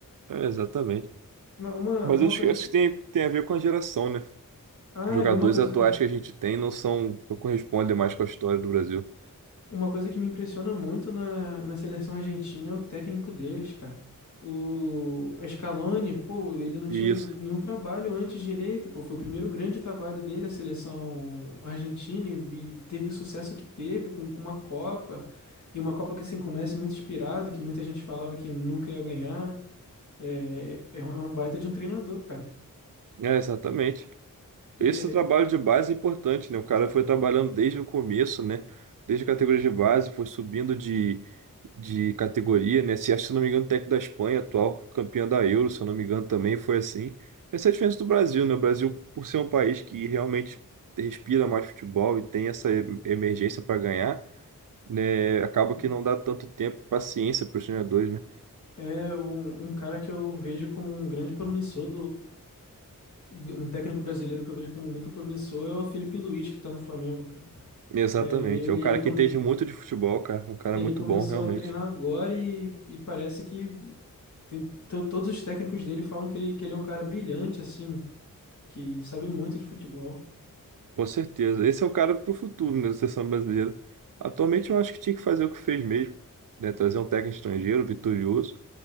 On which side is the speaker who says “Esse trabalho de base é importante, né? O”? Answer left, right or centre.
Right